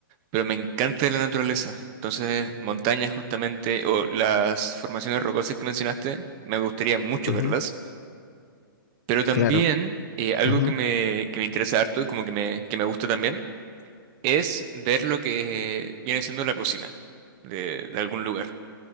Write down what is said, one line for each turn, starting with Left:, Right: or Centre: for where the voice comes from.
Right: pero me encanta la naturaleza. Entonces, montañas justamente, o las formaciones rocosas que mencionaste, me gustaría mucho
Left: Ujú,
Right: verlas. Pero también
Left: claro.
Right: eh, algo
Left: ujú,
Right: que me, que me interesa harto y como que me, que me gusta también es ver lo que viene siendo la cocina de, de algún lugar.